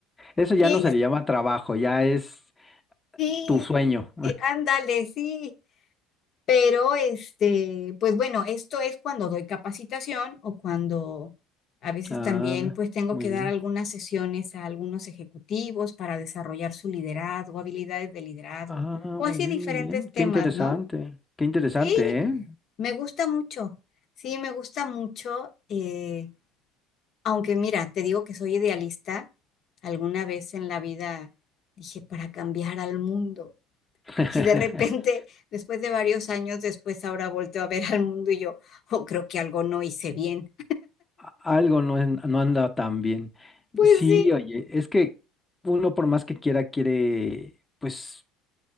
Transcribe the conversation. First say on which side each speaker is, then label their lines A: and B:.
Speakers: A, on the left; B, on the left.
A: Eso ya
B: Qué,
A: no se le llama trabajo, ya es
B: Sí,
A: tu sueño.
B: eh, ándale, sí. Pero este, pues bueno, esto es cuando doy capacitación o cuando a veces
A: Ah,
B: también
A: no,
B: pues tengo
A: muy
B: que
A: bien.
B: dar algunas sesiones a algunos ejecutivos para desarrollar su liderazgo, habilidades de liderazgo
A: Ah,
B: o así
A: muy bien,
B: diferentes
A: muy bien.
B: temas,
A: Qué interesante.
B: ¿no?
A: Qué interesante,
B: Y
A: ¿eh?
B: me gusta mucho, sí, me gusta mucho, eh, aunque mira, te digo que soy idealista, alguna vez en la vida dije, para cambiar al mundo.
A: <laughs>
B: Y de repente, después de varios años después, ahora volteo a ver al mundo y yo, oh, creo que algo no hice bien.
A: Algo no, es- no anda tan bien.
B: Pues
A: Sí,
B: sí,
A: oye, es que uno por más que quiera, quiere, pues,